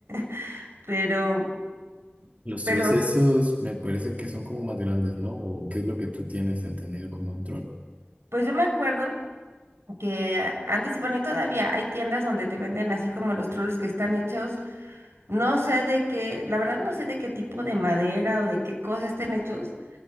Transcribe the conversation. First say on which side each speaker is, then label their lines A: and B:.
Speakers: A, on the right; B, on the right.
A: <laughs> pero,
B: Los
A: pero...
B: trolls esos me parece que son como más grandes, ¿no? ¿O qué es lo que tú tienes entendido como un troll?
A: Pues yo me acuerdo que antes y bueno, y todavía hay tiendas donde te venden así como los trolls que están hechos, no sé de qué, la verdad no sé de qué tipo de madera o de qué cosa estén hechos,